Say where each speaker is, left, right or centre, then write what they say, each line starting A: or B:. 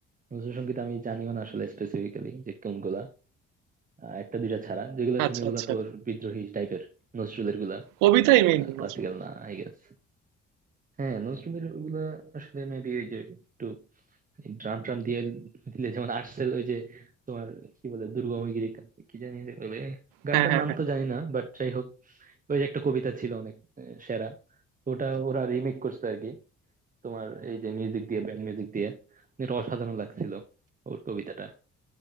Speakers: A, on the right (about 25°); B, on the right (about 80°).
A: নজরুলসঙ্গীত আমি জানিও না আসলে স্পেসিফিক্যালি যে কোনগুলা আহ, একটা দুইটা ছাড়া যেগুলো
B: আচ্ছা
A: শুনি ওগুলা
B: আচ্ছা
A: তোর বিদ্রোহী টাইপের নজরুলের গুলা
B: কবিতাই মেইন
A: ক্লাসিক্যাল
B: নজরুল।
A: না আই গেস হ্যাঁ নজরুলের ওগুলা আসলে মেবি ওই যে একটু ড্রাম ট্রাম দিয়ে দিলে যেমন আর্টসেল ওই যে তোমার কি বলে দুর্গমগিরি কি জানি যে বলে গানটার
B: হ্যাঁ হ্যাঁ
A: নাম
B: হ্যাঁ
A: তো জানি না বাট যাই হোক ওই যে একটা কবিতা ছিল অনেক আহ, সেরা ওটা ওরা রিমেক করছে আর কি তোমার এই যে মিউজিক দিয়ে ব্যান্ড মিউজিক দিয়ে এটা অসাধারণ লাগছিল ওর কবিতাটা